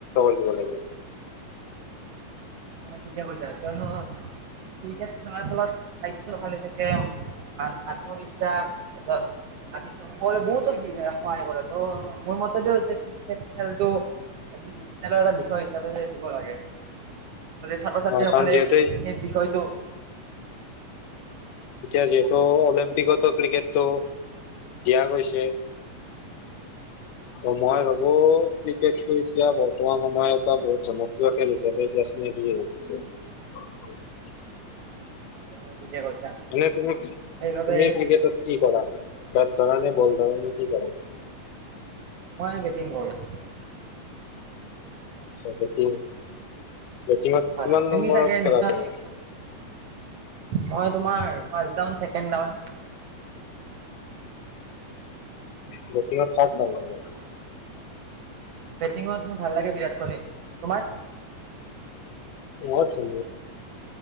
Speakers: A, on the left; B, on the right.
A: দিব লাগে।
B: অ, ঠিকে কৈছা কিয়নো, ক্ৰিকেট খেলাৰ ফলত স্বাস্থ্য ভালে থাকে। আত-আত্মবিশ্বাস, তাছত আনিছো। <unintelligible> বহুতো <unintelligible> সহায় কৰে তো, মোৰ মতেটো <unintelligible> খেলটো, বি-বিদ্যালয়ৰ এটা বিষয় হিচাপে যে দিব লাগে। আজি ছাত্ৰ-ছাত্ৰীসকলে
A: অ কাৰণ যিহেতু
B: সেই বিষয়টো
A: এতিয়া যিহেতু, অলিম্পিকতো ক্ৰিকেটটো দিয়া গৈছে। তো মই ভাবো, ক্ৰিকেটটো এতিয়া বৰ্তমান সময়ত এটা বহুত জনপ্ৰিয় খেল হিচাপে, এতিয়া চিনাকি হৈ উঠিছে।
B: হয় ঠিকে কৈছা
A: এনে তুমি কি-তুমি
B: সেইবাবে
A: ক্ৰিকেটত কি কৰা? বেত ধৰা নে, বল ধৰা নে, কি কৰা?
B: মই বেটিং কৰো।
A: <unintelligible> বেটিং, বেটিংট
B: হয়
A: কিমান
B: হয়, তুমি
A: নম্বৰত
B: চাগে
A: খেলা
B: নিশ্চয়
A: তুমি?
B: মই তোমাৰ ফাষ্ট ডাউন চেক <unintelligible>
A: বেতিংট কাক ভাল লাগে?
B: বেটিংত, মোৰ ভাল লাগে বিৰাট কহলি। তোমাৰ?
A: মোৰ